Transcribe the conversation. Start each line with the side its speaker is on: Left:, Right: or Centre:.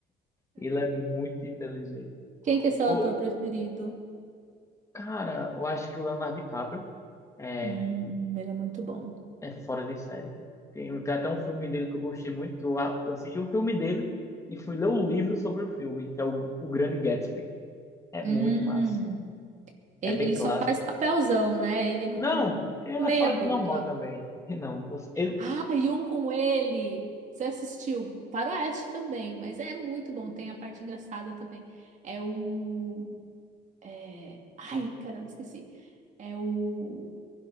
Left: Ele é muito inteligente.
Right: Quem que é seu
Left: Ô,
Right: ator preferido?
Left: Cara, eu acho que o Leonardo DiCaprio é,
Right: Hum, ele é muito bom.
Left: é fora de série. Tem, tem até um filme dele que eu gostei muito, que eu a- eu assisti o filme dele e fui ler o livro sobre o filme, que é o, o Grande Gatsby. É
Right: Hum,
Left: muito massa. É
Right: ele,
Left: bem
Right: ele
Left: clássico.
Right: só faz papelzão, né? Ele não...
Left: Não, ele
Right: Meia
Left: é fora
Right: boca.
Left: do normal também. E Não, você- ele
Right: Ah, e um com ele! Você assistiu? Faroeste também, mas é muito bom. Tem a parte engraçada também. É o... é, Ai, caramba, esqueci. É o...